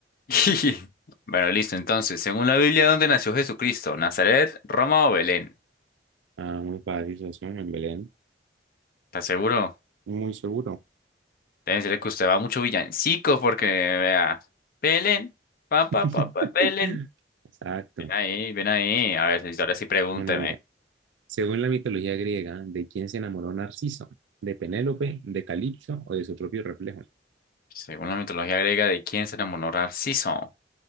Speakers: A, on the left (about 50°); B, on the right (about 80°).
A: <laughs> Bueno, listo, entonces, según la Biblia, ¿dónde nació Jesucristo? ¿Nazaret, Roma o Belén?
B: Ah, muy fácil, socio, en Belén.
A: ¿Estás seguro?
B: Muy seguro.
A: Debe ser que usted va mucho villancico porque vea. Belén, pa,
B: <laughs>
A: pa, pa, pa, Belén.
B: Exacto.
A: Ven ahí, ven ahí. A ver, si, ahora sí pregúnteme.
B: Bueno, mira, Según la mitología griega, ¿de quién se enamoró Narciso? ¿De Penélope, de Calipso o de su propio reflejo?
A: Según la mitología griega, ¿de quién se enamoró Narciso?